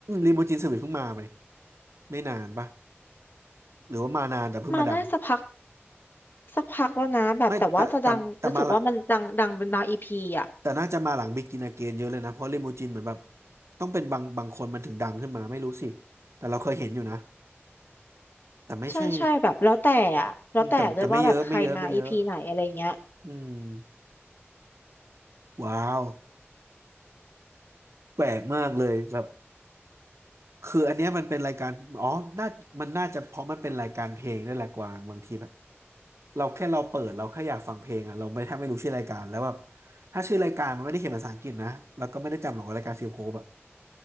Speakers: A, on the right; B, on the left.
A: รีโมจินสวิตเพิ่งมาไหมไม่นานปะหรือว่ามานานแต่เพิ่งมาดัง
B: มาได้สักพักสักพักแล้วนะแบบแต่ว่าจะดังรู้สึกว่ามันดังดังเป็นบางอีพีอะ
A: ไม่แต่แต่แต่มาละ แต่น่าจะมาหลังบ e กิน a เก i เยอะเลยนะเพราะลิมูจินเหมือนแบบต้องเป็นบางบางคนมันถึงดังขึ้นมาไม่รู้สิแต่เราเคยเห็นอยู่นะแต่ไม่ใช่
B: ใช่ใช่แบบแล้วแต่อะแล้วแต่ด้วยว่าแบบใครมาอีพีไหนอะไรเงี้ย
A: อืมแต่แต่ไม่เยอะไม่เยอะไม่เยอะอืมว้าวแปลกมากเลยแบบคืออันเนี้ยมันเป็นรายการอ๋อน่ามันน่าจะเพราะมันเป็นรายการเพลงด้วยแหละกวางบางทีแบบเราแค่เราเปิดเราแค่อยากฟังเพลงอ่ะเราไม่แทบไม่รู้ชื่อรายการแล้วแบบถ้าชื่อรายการมันไม่ได้เขียนภาษาอังกฤษนะเราก็ไม่ได้จำหรอกว่ารายการฟิลโคบอ่ะ